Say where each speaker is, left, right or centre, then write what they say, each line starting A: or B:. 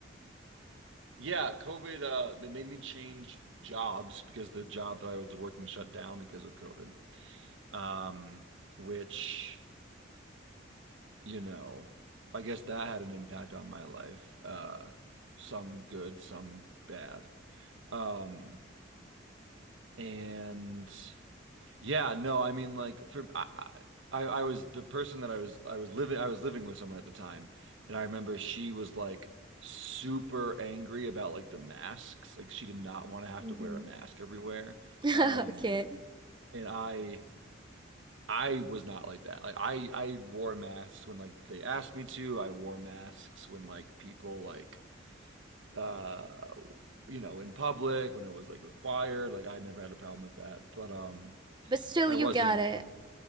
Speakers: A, on the right (about 80°); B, on the right (about 25°).
A: yeah, COVID uh it made me change jobs because the job that I was working shut down because of COVID. Um which you know, I guess that had an impact on my life. Uh, some good, some bad. Um, and yeah, no, I mean, like for I, I, I was the person that I was, I was living, I was living with someone at the time, and I remember she was like super angry about like the masks. Like she did not want to have
B: hmm
A: to wear a mask everywhere.
B: <laughs>
A: Um,
B: Okay.
A: and I. I was not like that. Like I I wore masks when like they asked me to. I wore masks when like people like uh you know in public when it was like required. Like I never had a problem with that. But um
B: But still,
A: I
B: you
A: wasn't
B: got it.